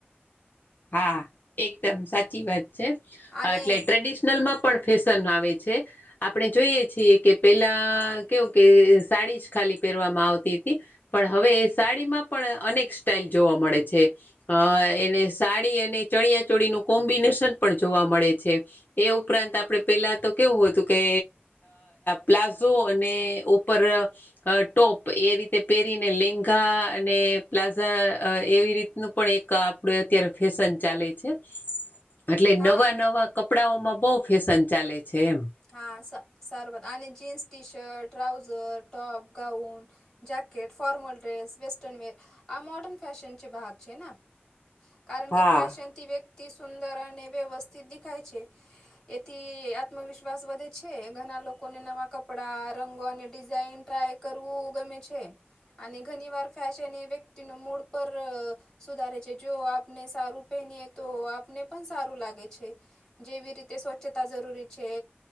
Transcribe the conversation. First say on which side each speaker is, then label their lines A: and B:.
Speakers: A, on the left; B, on the left.
A: હા, એકદમ સાચી વાત છે,
B: અને
A: એટલે ટ્રેડિશનલ માં પણ ફેશન આવે છે, આપણે જોઈએ છીએ કે પેલા. કેવુ કે સાડી જ ખાલી પહેરવામાં આવતી હતી. પણ હવે એ સાડીમાં પણ અનેક સ્ટાઈલ જોવા મળે છે. એને સાડી અને ચળિયા ચોળીનું કોમ્બિનેશન પણ જોવા મળે છે, એ ઉપરાંત આપડે. પેલા તો કેવું હતું કે, પ્લાઝો અને ઉપર અ ટોપ એ રીતે પહેરીને, લેંગા અને પ્લાઝા એવી રીતનું. પણ એક, આપડે અત્યારે ફેશન ચાલે છે એટલે
B: હા
A: નવા નવા. કપડાઓમાં બહુ ફેશન ચાલે છે એમ.
B: હા, સરસ, અને jeans, T-shirt, trouser, top, gown. Jacket, formal dress, western wear, આ મોડર્ન ફેશન છે, બહાગ છે ને? કારણ
A: હા
B: કે ફેશન. થી વ્યક્તિ સુંદર અને વ્યવસ્થિત દેખાય છે, એથી આત્મવિશ્વાસ. વિશ્વાસ વધે છે, ઘણા લોકોને નવા કપડાં, રંગો અને ડિઝઇન ટ્રાય કરવું ગમે છે. અને ઘણી વાર ફેશન એ વ્યક્તિ નું મૂડ પર. સુધારે છે, જો આપને સારું પહેનીએ તો આપને પણ સારું લાગે છે. જેવી રીતે સ્વચ્છતા જરૂરી છે.